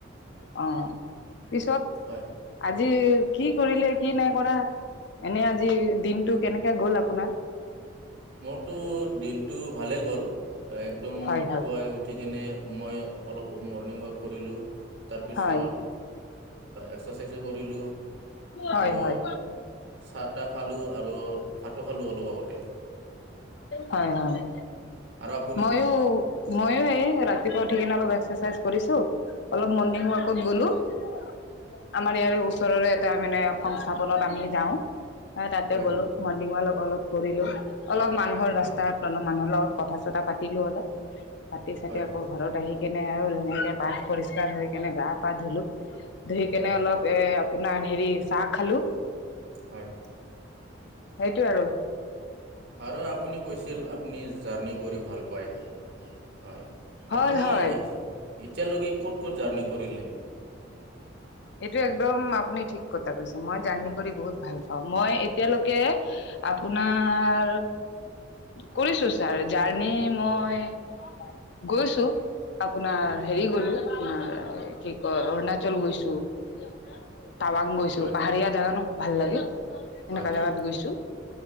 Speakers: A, on the left (about 60°); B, on the right (about 60°).
A: অ পিছত
B: হয়
A: আজি কি কৰিলে কি নাই কৰা এনে আজি দিনটো কেনেকে গ'ল আপোনাৰ
B: মোৰতো দিনটো ভালে গ'ল একদম
A: হয় হয়
B: পুৱাই উঠি কেনে মই অলপ মৰ্ণিং ৱাক কৰিলোঁ তাৰপিছত
A: হয়
B: এক্সাচাইজো কৰোঁ কৰিলোঁ
A: হয়
B: আৰু
A: হয়।
B: চাহ তাহ খালোঁ আৰু ভাতো খালোঁ অলপ লগতে
A: হয় হয়
B: আৰু আপুনি?
A: ময়ো ময়ো এই ৰাতিপুৱা উঠি কিনে অলপ এক্সাচাইজ কৰিছোঁ অলপ মৰ্ণিং ৱাকত গলোঁ - আমাৰ ইয়াৰ ওচৰৰে এটা মানে সংস্থাপনত আমি যাওঁ - তাতে
B: হয়
A: গ'লো মৰ্ণিং ৱাক অলপ কৰিলোঁ অলপ মানুহৰ
B: হয়
A: ৰাস্তাতলো মানুহৰ লগত কথা- কথা পাতিলোঁ অলপ পাতি চাতি
B: হয়
A: ঘৰত আহি- কেনে আৰু ধুনীয়াকে পাহ পৰিষ্কাৰ হৈ কেনে গা পা ধুলো ধুই কেনে
B: হয়
A: অলপ এ- আপোনাৰ হেৰি চাহ খালোঁ -
B: হয়-
A: সেইটো আৰু-
B: আৰু আপুনি কৈছিল আপুনি জাৰ্ণি কৰি ভাল পায়- হয়
A: হয়
B: আপুনি
A: হয়
B: এতিয়ালৈকে ক'ত ক'ত জাৰ্ণি কৰিলে-
A: এইটো একদম আপুনি ঠিক কথা কৈছে মই জাৰ্নি কৰি বহুত ভাল পাওঁ মই এতিয়ালৈকে- আপোনাৰ কৰিছোঁ ছাৰ জাৰ্ণি মই- গৈছোঁ - আপোনাৰ
B: হয়
A: হেৰি গলোঁ কি কয় অৰুণাচল গৈছোঁ - টাৱাং গৈছো
B: হয়
A: পাহাৰীয়া জোগা ন ভাল লাগে এনেকুৱা
B: হয় হয়
A: জাগাত গৈছোঁ -